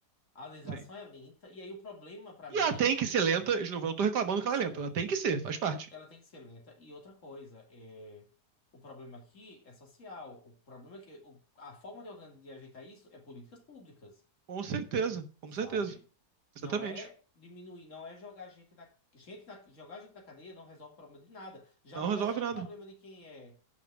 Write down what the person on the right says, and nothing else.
Sim.
E
ela tem
que ser lenta. De novo, eu não tô reclamando que
ela é lenta. Ela tem que ser, faz parte.
Com certeza, com
certeza. Exatamente.
Não
resolve
nada.